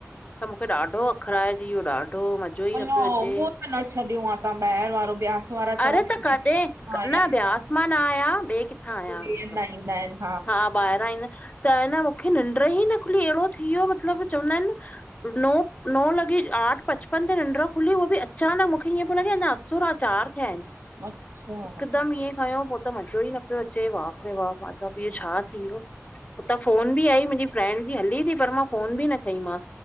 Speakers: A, on the left (about 30°); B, on the right (about 80°).
A: त मुखे ॾाढो अख़राइंजी वयो ॾाढो मज़ो ई
B: अला,
A: न पियो अचे
B: हुओ त न छॾियो आ तां ॿाहिरि वारो बयासि वारा क्वंदा
A: अरे त कॾहिं
B: <unintelligible> आहिन
A: न ब्यास मां न आया ॿिए किथां आया
B: ॿि हंधा ईंदा आहिनि
A: हा ॿाहिरां ईंदा आहिन, त न मुखे निंड ई न खुली अहिड़ो थी वियो मतिलबु, चवंदा आहिनि नो नौ लॾे आठ पचिप पंज नंढड़ो खुली उहो बि अचानक मुखे ईअं पियो लॻे अञा असुर आ, चारि थिया आहिनि।
B: अच्छा
A: हिकदम इएंं खंयों पोइ त मज़ो ई न पियो अचे बाप रे बाप त बि इहो छा थी वियो? हुतां फोन बि आई मुंहिंजी फ्रेंड बि हलीं थी पर मां फोन बि न खईं मांस।